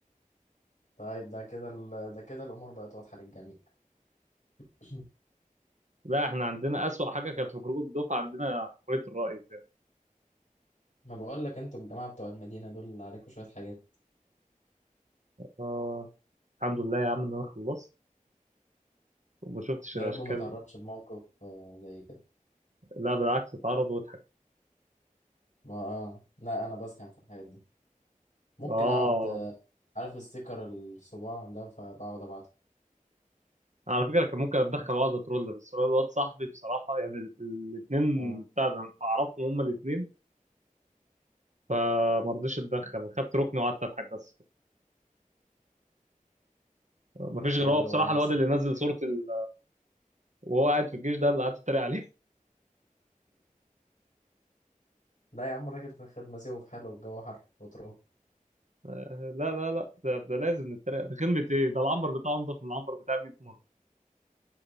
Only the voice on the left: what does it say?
طيب ده كده ال... ده كده الأمور بقت واضحة للجميع <clears throat>
ما بقول لك انتوا الجماعة بتوع المدينة دول اللي عليكم شوية حاجات
يا
رب ما تعرضش لموقف آه، زي كده
ما اه لا أنا بسخن في الحاجات دي ممكن
أقعد آه، عارف الستيكر الصباع ده فبقعد أبعته
اه
والله
يا
روقان
الصراحة
لا يا عم راجل في الخدمة سيبه في حاله الجو حر وتروح